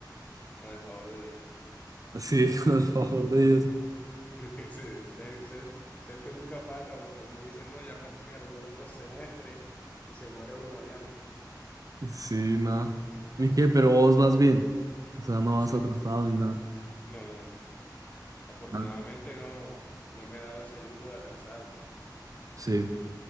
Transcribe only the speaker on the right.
Sí, <laughs> con el favor de Dios.
Sí, nada. ¿Y qué? Pero vos vas bien. O sea, no
vas atrasado
ni nada.
Ah,
sí.